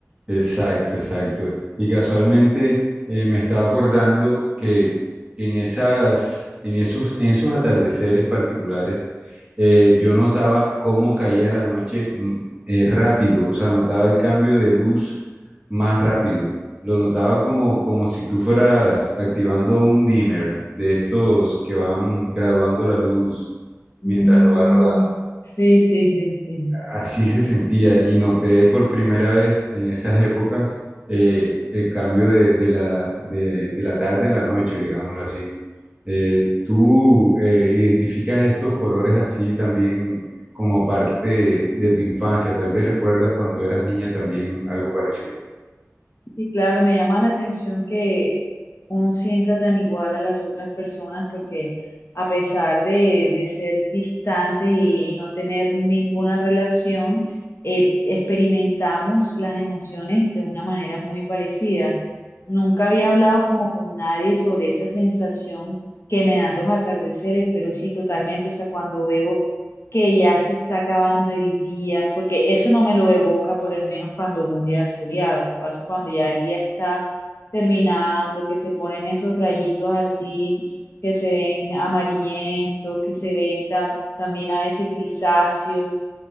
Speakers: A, on the right; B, on the left.
A: Exacto, exacto. Y casualmente eh, me estaba acordando que, que en esas, en esos, en esos atardeceres particulares, eh, yo notaba cómo caía la noche mm, eh, rápido, o sea, notaba el cambio de luz más rápido. Lo notaba como, como si tú fueras activando un dimmer de estos que van graduando la luz mientras
B: Mm,
A: lo vas rodando.
B: sí, sí, sí, sí.
A: Así se sentía y noté por primera vez en esas épocas eh, el cambio de, de la, de, de la tarde a la noche, digámoslo así. Eh, ¿tú eh, identificas estos colores así también como parte de, tu infancia? Tal vez recuerdas cuando eras niña también algo parecido.
B: Y claro, me llama la atención que uno sienta tan igual a las otras personas porque a pesar de, de ser distantes y, y no tener ninguna relación, eh, experimentamos las emociones de una manera muy parecida. Nunca había hablado como con nadie sobre esa sensación que me dan los atardeceres, pero sí totalmente, o sea, cuando veo que ya se está acabando el día, porque eso no me lo evoca por lo menos cuando veo un día soleado, me pasa cuando ya el día está terminando, que se ponen esos rayitos así, que se ven amarillentos, que se ven ta- también a veces grisáceos